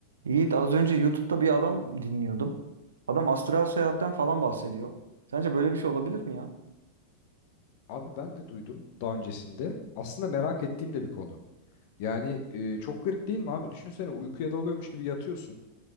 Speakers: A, on the right; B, on the left.
A: Yiğit az önce YouTube'da bir adam dinliyordum. Adam astral seyahatten falan bahsediyor. Sence böyle bir şey olabilir mi ya?
B: Abi ben de duydum daha öncesinde. Aslında merak ettiğim de bir konu. Yani e, çok garip değil mi abi? Düşünsene uykuya dalıyormuş gibi yatıyorsun.